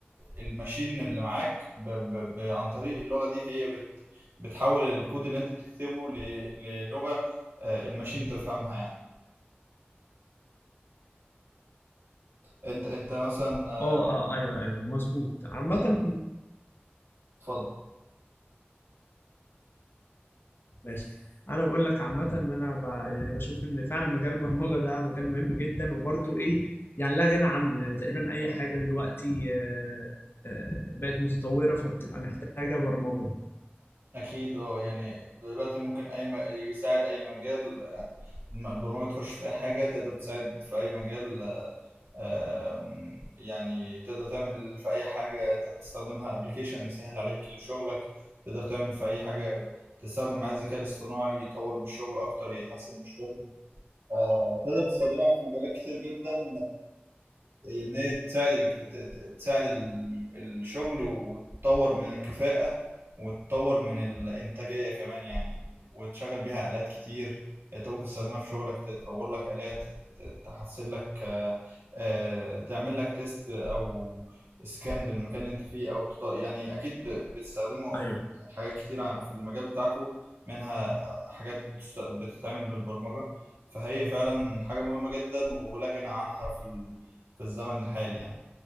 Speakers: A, on the right; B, on the left.
A: الماشين اللي معاك ب ب ب عن طريق اللغه دي هي بت بتحول الكود اللي انت بتكتبه ل- للغه آه، الماشين تفهمها يعني انت انت مثلا آه،
B: اه اه ايوه ايوه مظبوط عامه
A: م- اتفضل
B: ماشي انا بقول لك عامه ان انا ب... يعني بشوف ان فعلا مجال البرمجه ده مجال مهم جدا وبرضه ايه يعني لا غنى عنه يعني تقريبا اي حاجه دلوقتي آه، آه، بقت متطوره فبتبقى محتاجه برمجه
A: اكيد اه يعني دلوقتي ممكن اي م... يساعد اي مجال آه، البرمجه تخش في اي حاجه تقدر تساعد في اي مجال آم، يعني تقدر تعمل في اي حاجه انت بتستخدمها ابلكيشن يسهل عليك شغلك تقدر تعمل في اي حاجه تستخدم معاه الذكاء الاصطناعي يطور من الشغل اكتر يحسن من الشغل آه، تقدر تستخدمها في مجالات كتير جدا ان هي تساعد ال... ت- ت- تساعد ال... الشغل وتطور من الكفاءة وتطور من الإنتاجية كمان يعني وتشغل بيها آلات كتير انت ممكن تستخدمها في شغلك تطور لك آلات ت- ت- تحسن لك آه، آه، تعمل لك تيست او سكان للمكان اللي انت فيه او تط... يعني اكيد ب... بتستخدموا
B: ايوه
A: حاجات كتيرة في المجال بتاعكم منها حاجات بتست... بتتعمل بالبرمجة فهي فعلا حاجة مهمة جدا ولا غنى عنها في ال... في الزمن الحالي يعني